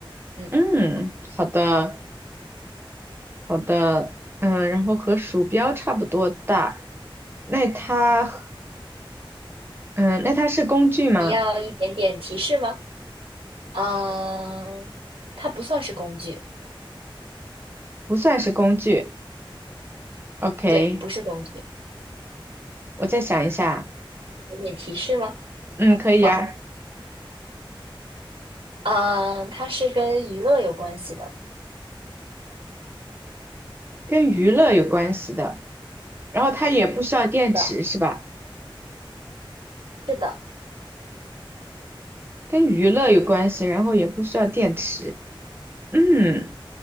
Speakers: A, on the right; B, on the right.
A: 嗯，
B: 嗯，好的好的，嗯，然后和鼠标差不多大，那它和嗯那它是工具吗？
A: 你要一点点提示吗？嗯，它不算是工具，
B: 不算是工具。OK，
A: 对，不是工具，一
B: 我再想一下，
A: 点点提示吗？
B: 嗯，可以啊，
A: 好，嗯，它是跟娱乐有关系的。
B: 跟娱乐有关系的，然后它也不需要电池是吧？
A: 是的，是的，
B: 跟娱乐有关系，然后也不需要电池。嗯，